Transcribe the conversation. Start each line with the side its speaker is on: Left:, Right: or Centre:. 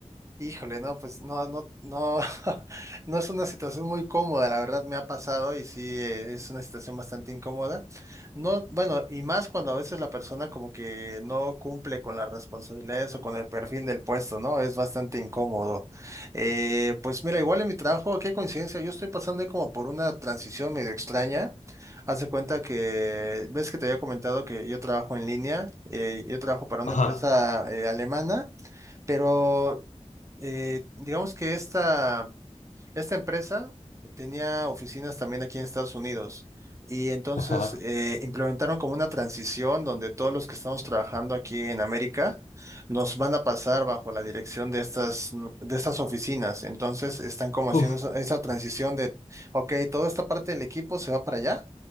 Right: Híjole, no, pues no, no, no, <laughs> no es una situación muy cómoda, la verdad me ha pasado y sí eh, es una situación bastante incómoda. No, bueno, y más cuando a veces la persona como que no cumple con las responsabilidades o con el perfil del puesto, ¿no? Es bastante incómodo. Eh, pues mira, igual en mi trabajo, qué coincidencia, yo estoy pasando ahí como por una transición medio extraña. Haz de cuenta que, ves que te había comentado que yo trabajo en línea, eh, yo trabajo para una
Left: Ajá,
Right: empresa eh, alemana. Pero eh, digamos que esta, esta empresa tenía oficinas también aquí en Estados Unidos y entonces
Left: ajá.
Right: eh, implementaron como una transición donde todos los que estamos trabajando aquí en América nos van a pasar bajo la dirección de estas, nu- de estas oficinas. Entonces están como haciendo
Left: Uf.
Right: esa, esa transición de, ok, toda esta parte del equipo se va para allá.